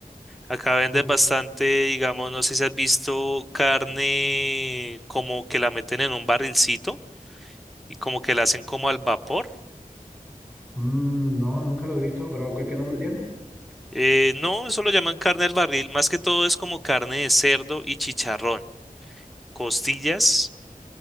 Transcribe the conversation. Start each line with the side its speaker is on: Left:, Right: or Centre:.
Centre: Acá venden
Right: Sí.
Centre: bastante, digamos, no sé si has visto carne como que la meten en un barrilcito y como que la hacen como al vapor.
Right: Mm, no, nunca lo he visto, pero ¿qué, qué nombre tiene?
Centre: Eh, no, eso lo llaman carne al barril. Más que todo es como carne de cerdo y chicharrón. Costillas,